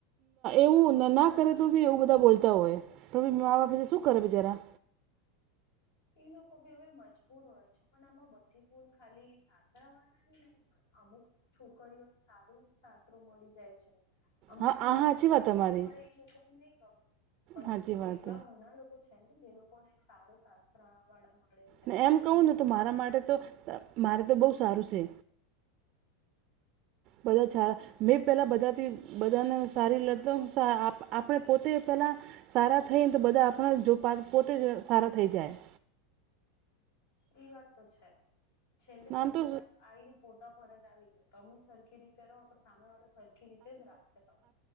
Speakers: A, on the right; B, on the left.
A: એવું ના કરે તો બી એવું બધા બોલતા હોય તો ભી મા બાપાસે શું કરે બિચારા.
B: ઈ લોકો ભી હવે મજબૂર હોય છે પણ આમાં બધી ભૂલ ખાલી સાસવાળ ની નહી હો અમુક છોકરીઓને સારું સાસરો મળી જાય છે અમુકને
A: હા આ
B: નહી
A: હાચી
B: મળે જેને
A: વાત તમારી
B: નહી મળે એ લોકોને નહી ગમે પણ
A: હાચી વાત
B: કેટલા ઘણા લોકો છે ને જે લોકો ને સારો શસ્ત્ર વાળા મળે છે
A: ને એમ કહું
B: મમ્મી
A: ને તો
B: પાપા
A: મારા માટે તો મારે તો બહુ સારું છે બધા ચ મેં પેલા બધાથી બધાને સારી લ આપણે પોતે પેલા સારા થઈ ને તો બધા આપણા જો પોતે જ સારા થઈ જાય
B: એઈ વાત તો છે છેલે બધી
A: આમ તો
B: વાત આવીને પોતા પર જ આવી જાય તમે સરખી રીતે રહો તો સામે વાળો સરખી રીતે જ રાખશે તમને